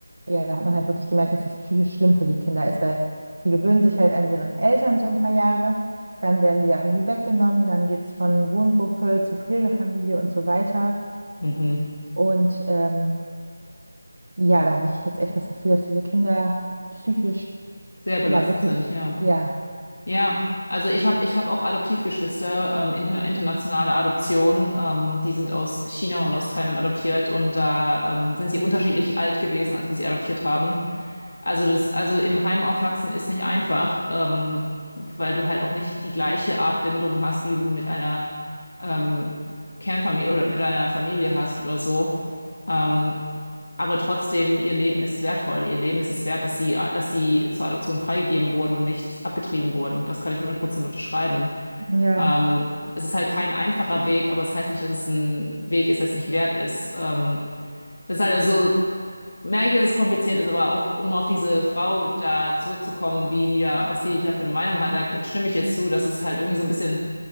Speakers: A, on the right; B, on the left.
A: ja, da hat man halt wirklich gemerkt, dass das psychisch schlimm für die Kinder ist, weil die gewöhnen sich halt an ihren Eltern so ein paar Jahre, dann werden die da irgendwie weggenommen, dann geht es von Wohngruppe zu Pflegefamilie und so weiter.
B: Mhm.
A: Und ähm, ja, da hatte ich jetzt echt das Gefühl, dass diese Kinder psychisch,
B: Sehr belastet
A: ja, wirklich,
B: sind, ja.
A: ja,
B: Ja, also ich habe ich hab auch Adoptivgeschwister, ähm, inter internationale Adoption. Ähm, die sind aus China und aus Thailand adoptiert und da ähm, sind sie unterschiedlich alt gewesen, als wir sie adoptiert haben. Also das, also im Heim aufwachsen ist nicht einfach, ähm, weil du halt auch nicht die gleiche Art Bindung hast, wie du mit einer ähm, Kernfamilie oder mit einer Familie hast oder so. Ähm, aber trotzdem, ihr Leben ist wertvoll. Ihr Leben ist es wert, dass sie, dass sie zur Adoption freigegeben wurden und nicht abgetrieben wurden. Das kann ich 100% unterschreiben.
A: ja,
B: Ähm, es ist halt kein einfacher Weg, aber es heißt nicht, dass es ein Weg ist, der es nicht wert ist. Ähm, das ist halt also, merke ich, dass es kompliziert ist, aber auch um auf diese Frau da zurückzukommen, wie die da, was die da für eine Meinung hat, da stimme ich jetzt zu, dass es halt irgendwie so ein bisschen